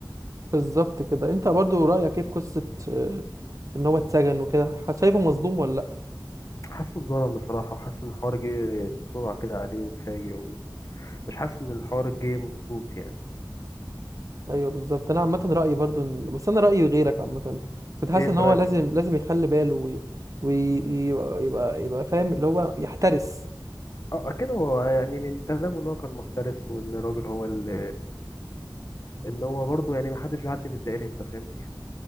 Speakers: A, on the right; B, on the left.
A: بالظبط كده انت برضو رأيك ايه في قصة آه، ان هو اتسجن وكده ح- شايفه مظلوم ولا لا
B: حاسه اتظلم بصراحة وحاسس ان الحوار جه بسرعة كده عليه وتفاجئ ومش حاسس ان الحوار جه مظبوط يعني
A: ايوه بالظبط انا عامة رأيي برضو ان... بس انا رأيي غيرك عامة كنت حاسس
B: ايه انت
A: ان هو
B: رايك
A: لازم
B: ايه بقى؟
A: لازم يخلي باله ويبقى وي... وي- يبقى يبقى فاهم اللي هو يحترس
B: اه كده هو يعني من كلامه ان هو كان محترس وان الراجل هو اللي ان هو برضه يعني ما حدش بيعدي من الدائري انت فاهمني